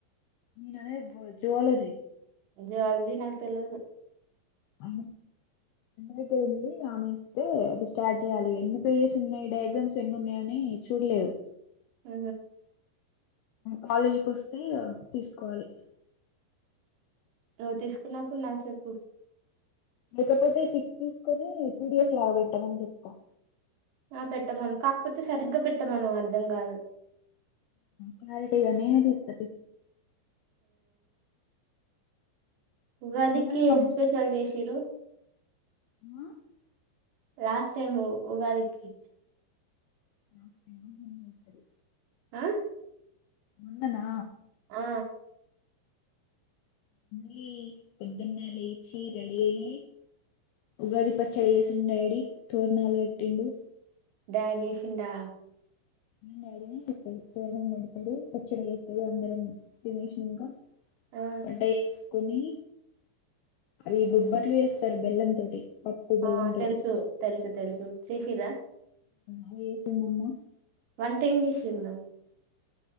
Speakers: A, on the left (about 80°); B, on the right (about 70°).
A: మీనానే జవాలజీ
B: జల్జీ నాకు తెలీదు
A: అ దగ్గర ఉంది ఆమె ఇస్తే అది స్టార్ట్ చేయాలి ఎన్ని పేజెస్ ఉన్నాయి వాకన్సీ ఉన్నాయ అని చూడలేదు
B: హ
A: కాలేజీకి వస్తే తీసుకోవాలి
B: నువ్వు తీసుకున్నప్పుడు నాకు చెప్పు
A: లేకపోతే ఫిక్స్ తీసుకొని ట్రూ డియర్స్ లాగా పెట్టామని చెప్తా
B: ఆ పెట్టమను కాకపోతే సరిగ్గా పెట్టమనుఅర్ధం కాదు
A: క్లారిటీగా నే తీస్త
B: ఉగాది
A: నిన్న ఆ!
B: స్పషల్ చేసిరు
A: నాకు
B: లాస్ట్ టైం ఉగాదికి
A: ఆస్తరి
B: ఆ
A: మున్ననా
B: ఆ
A: అ కొద్దున్న లేయిచీ రెలియి ఉగాది పచ్చడి వేసిండు డాడీ తోరణాలుగట్టిండు
B: డాడీ చేసిందా
A: డాడీని ఎస్తాడు పెడతాడు పచ్చడి ఎస్తాడు అందరం తినేష్ని ఇంకా
B: ఆ
A: <unintelligible> కుని అవి బుబ్బట్లు చేశారు బెల్లం తోటి పప్పు బెల్లం
B: ఆ
A: తోటి
B: తెలుసు తెలుసు తెలుసు చేసీరా
A: చేసిండ్రు
B: వంట ఆమె చేసింది